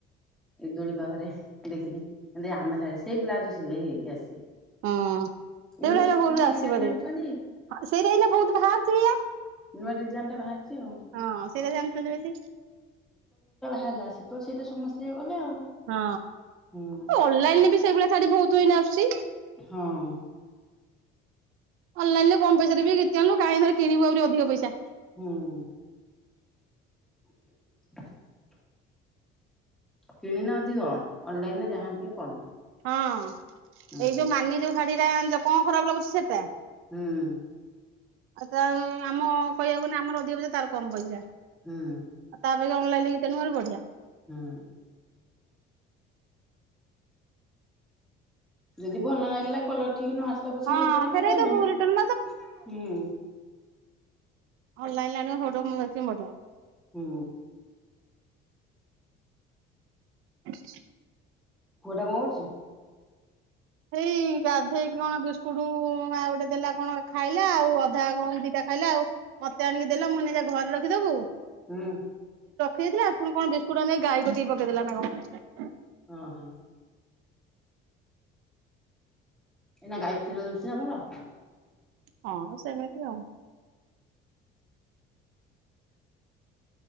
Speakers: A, in the centre; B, on the right (about 80°).
A: ଏଇ ଦୋଳି ପାଖରେ ଦେଖିନି ଆମ ସାହି ରେ ସେହି ବ୍ଲାଉଜ ସିଲେଇ ହେଇକି ଆସିଛି।
B: ହଁ। ସେଇଟା
A: ଏଇନା ତ
B: ଏଇ
A: ସବୁ
B: ଭୁଲରେ
A: ସେଇ
B: ଆସିବନି
A: ଶାଢ଼ୀ ଆଣୁଛନ୍ତି।
B: ସେଇଟା ଏଇ ବହୁତ ବାହାରୁଛି ଏଇଆ।
A: ନୂଆ ଡିଜାଇନ୍ ଟା ବାହାରିଛି ଆଉ
B: ହଁ ସେଇଗୁରା ଆଣୁଛନ୍ତି ବେଶୀ
A: ହେଲା ସେତେବେଳେ ସେଇଟା ସମସ୍ତେ ନେଇଗଲେ ଆଉ
B: ହଁ
A: ହୁଁ
B: ଅନଲାଇନରେ ବି ସେଇଭଳିଆ ଶାଢୀ ବହୁତ ଅଇନା ଆସୁଛି।
A: ହଁ।
B: ଅନଲାଇନ ରେ କମ ପଇସାରେ ବି କ୍ଷିତି ଅଣୂନୁ କାହିଁ ଏଥର କିଣିବୁ ଆହୁରି ଅଧିକ ପଇସା
A: ହୁଁ <unintelligible> କିଣିଲେ ଅଧିକ ଅନଲାଇନରେ ଯାହାହେନେ ଟିକେ କମ।
B: ହଁ
A: ହୁଁ
B: ଏଇ ଯୋଉ ମାନି ଯୋଉ ଶାଢୀ ଟା କଣ ଖରାପ ଲାଗୁଛି ଶାଢ଼ୀ
A: ହୁଁ
B: ଟା ଆମ କହିବାକୁ ଗଲେ ଆମର ଅଧିକ ପଇସା ତାର କମ ପଇସା
A: ହୁଁ
B: ତା ଅପେକ୍ଷା ଅନଲାଇନରୁ ଘିତିଆଣିବୁ ବଢିଆ ପଇସା।
A: <inaudible> ଯଦି ଭଲ ନଲାଗିଲା କଲରଠି ଠିକ ନ ଆସିଲେ ପଛେ
B: ହଁ
A: ରିଟର୍ନ
B: ଫେରେଇ
A: ମାରିଦେବୁ
B: ଦବୁ ରିଟର୍ଣ
A: ହୁଁ।
B: ଅନ୍ଲାଇରେ ଆଣିବ ସବୁଠୁ ଉଁ ବେଶି <unintelligible>
A: ହୁଁ।
B: <inaudible>
A: ପୁଅ ଟା କଣ କରୁଛି?
B: ସେଇ ଗାଧେଇକି କଣ ବିସ୍କୁଟ ମା ଗୋଟେ ଦେଲା କଣ ଖାଇ ଆଉ ଅଧା କଣ ଦିଟା ଖାଇଲା ଆଉ ମତେ ଆଣିକି ଦେଲା ମୁଁ କହିଲି ନେଇଜା ଘରେ ରଖିଦବୁ
A: ହୁଁ
B: ଖାଇଲା ପୁଣି କଣ ବିସ୍କୁଟ ଟା ନେଇକି ଗାଈ କତିରେ ପକେଇଦେଲା ନା କଣ
A: ଓ ହୋ। ଏନା ଗାଈ କ୍ଷୀର ଦଉଛି ନା ଭଲ?
B: ହଁ ସେମିତି ଆଉ।